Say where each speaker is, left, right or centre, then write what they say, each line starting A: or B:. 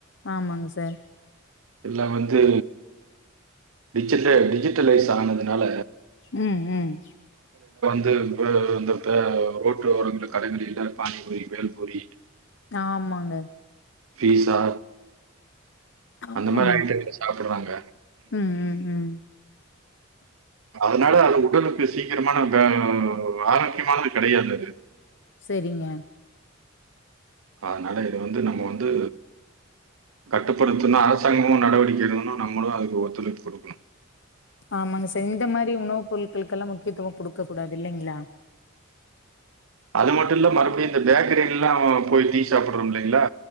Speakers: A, on the left (about 60°); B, on the right (about 85°).
A: ஆமாங்க சார்
B: எல்லாம் வந்து டிஜ டிஜிட்டலைஸ் ஆனதுனால
A: உம் உம்
B: அது இ இந்தப்ப ரோட்டு ஓர கடைகளில்ல பானிபுரி பேல்பூரி
A: ஆமாங்க
B: பீஸா
A: ஆமா
B: அந்த மாரி
A: ஆமா
B: ஐட்டங்கள் சாப்பிடுறாங்க.
A: உம் உம் உம்
B: அதனால் அது உடலுக்கு சீக்கரமான அ அ முக்கியமானது கெடையாது அது
A: சரிங்க.
B: அதனால இத வந்து நம்ம வந்து கட்டுப்படுத்தணும் அரசாங்கமும் நடவடிக்கை எடுக்கணும் நம்மளும் அதுக்கு ஒத்துழைப்பு குடுக்கணும்
A: ஆமாங்க சார் இந்த மாதிரி உணவுப் பொருட்களுக்கெல்லாம் முக்கியத்துவம் குடுக்க கூடாது இல்லைங்களா
B: அது மட்டும் இல்லை மறுபடியும் இந்த பேக்கரில்லாம் போய் டீ சாப்பட்றோம் இல்லைங்களா